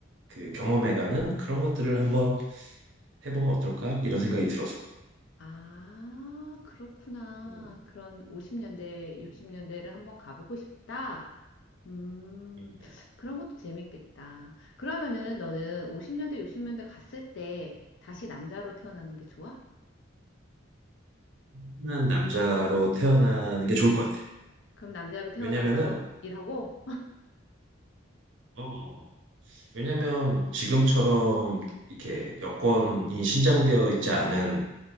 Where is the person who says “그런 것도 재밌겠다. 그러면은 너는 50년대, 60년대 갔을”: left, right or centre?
Left